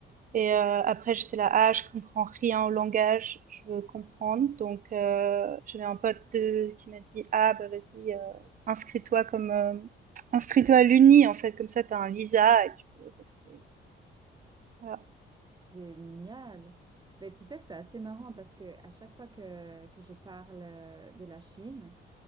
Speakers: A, on the right; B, on the right.
A: Et euh, après, j'étais là, ah, je comprends rien au langage, je veux comprendre. Donc, euh, j'avais un pote de- qui m'a dit, ah, bah vas-y, euh, inscris-toi comme, euh, inscris-toi à l'Uni, en fait, comme ça, t'as un visa et tu peux rester. Voilà.
B: Génial. Mais tu sais, c'est assez marrant parce que à chaque fois que, que je parle euh, de la Chine,